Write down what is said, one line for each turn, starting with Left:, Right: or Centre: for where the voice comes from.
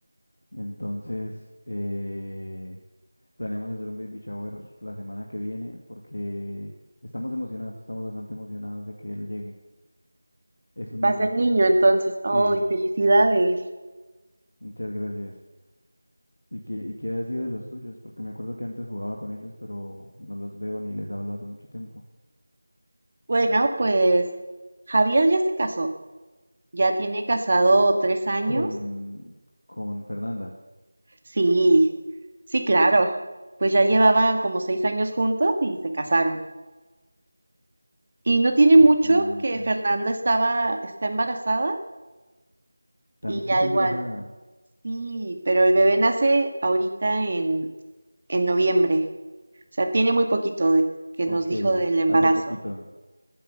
Left: Entonces eh, planeamos hacer un baby shower la semana que viene porque estamos emocionados, estamos bastante emocionados de que él llegue. Es un
Right: Va
Left: niño.
Right: a ser niño entonces. ¡Ay,
Left: Sí,
Right: felicidades!
Left: muchas gracias. ¿Y qué, y qué ha sido de los tuyos? Porque me acuerdo que antes jugaba con ellos, pero no los veo ni les hablo hace mucho tiempo.
Right: Bueno, pues Javier ya se casó. Ya tiene casado tres años.
Left: Con, con Fernanda,
Right: Sí, sí, claro. Pues ya llevaban como seis años juntos y se casaron. Y no tiene
Left: sorprendente.
Right: mucho que Fernanda estaba, está embarazada
Left: También
Right: y ya
Left: está
Right: igual,
Left: embarazada.
Right: sí, pero el bebé nace ahorita en, en noviembre. O sea, tiene muy poquito de, que
Left: Ok,
Right: nos dijo del embarazo.
Left: hace poquito,